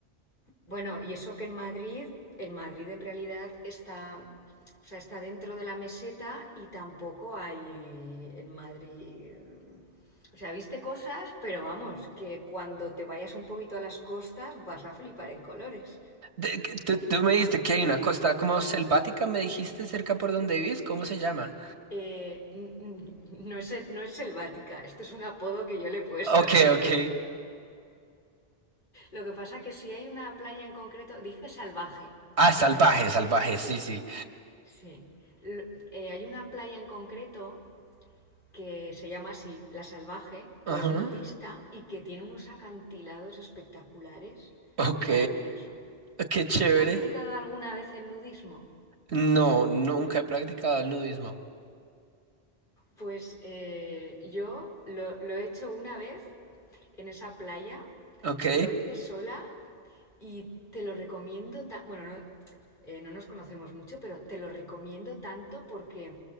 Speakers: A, on the left; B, on the right.
A: Bueno, y eso que en Madrid, en Madrid en realidad está, o sea, está dentro de la meseta y tampoco hay en Madrid. O sea, viste cosas, pero vamos, que cuando te vayas un poquito a las costas vas a flipar en colores.
B: De- que- tú, tú me dijiste que hay una costa como selvática, me dijiste cerca por donde vives, ¿cómo se llama?
A: Eh, no, es, no es selvática, esto es un apodo que yo le he puesto.
B: Ok,
A: ¿eh?
B: ok.
A: <laughs> Lo que pasa que si hay una playa en concreto, dije salvaje,
B: Ah,
A: dije
B: salvaje,
A: salvaje,
B: salvaje, sí, sí.
A: sí. L- eh, hay una playa en concreto que se llama así, La Salvaje, que
B: Ajá.
A: es nudista y que tiene unos acantilados espectaculares,
B: Ok,
A: maravilloso.
B: qué chévere.
A: ¿Has practicado alguna vez el nudismo?
B: No, nunca he practicado el nudismo.
A: Pues eh, yo lo, lo he hecho una vez en esa playa,
B: Ok,
A: lo hice sola y te lo recomiendo, bueno, no, eh, no nos conocemos mucho, pero te lo recomiendo tanto porque